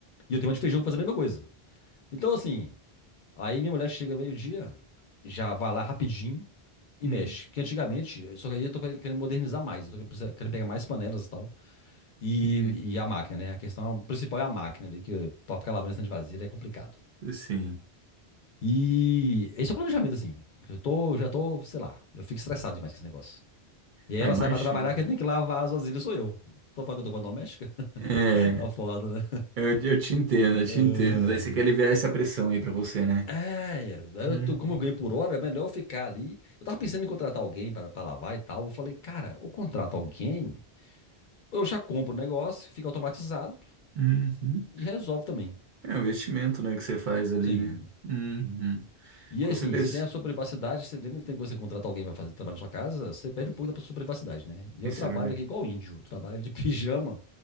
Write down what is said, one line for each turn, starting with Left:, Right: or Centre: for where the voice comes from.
Left: E eu tenho uma de feijão que faz a mesma coisa. Então, assim, aí minha mulher chega meio-dia, já vai lá rapidinho e
Right: hum,
Left: mexe. Porque antigamente, só que aí eu tô querendo modernizar mais, eu tô querendo querendo pegar mais panelas e tal. E,
Right: entendi.
Left: e a máquina, né? A questão principal é a máquina ali, que pra ficar lavando esse tanto de vasilha é complicado.
Right: Sim.
Left: E esse é o planejamento, assim. Eu tô, já tô, sei lá, eu fico estressado demais com esse negócio. E aí
Right: Ah,
Left: ela
Right: imagino.
Left: sai pra trabalhar, quem tem que lavar as vasilhas sou eu. Tô falando que eu tô com a doméstica? <laughs>
Right: É,
Left: Tá foda, né?
Right: eu, eu te entendo, eu
Left: Ai.
Right: te entendo. Daí você quer aliviar essa pressão aí pra você, né?
Left: É, eu
Right: Uhum.
Left: tô, como eu ganho por hora, é melhor eu ficar ali. Eu tava pensando em contratar alguém pra, pra lavar e tal. Eu falei, cara, eu contrato alguém, eu já compro o negócio, fica automatizado
Right: Uhum.
Left: e resolve também.
Right: É o investimento, né, que você faz ali,
Left: Sim,
Right: né? Uhum.
Left: E
Right: Com
Left: assim,
Right: certeza.
Left: você tem a sua privacidade, você lembra que tem que você contratar alguém para fazer trabalho na sua casa, você perde um pouco da sua privacidade, né? E
Right: Isso
Left: eu trabalho
Right: é verdade.
Left: aqui igual índio, trabalho de pijama.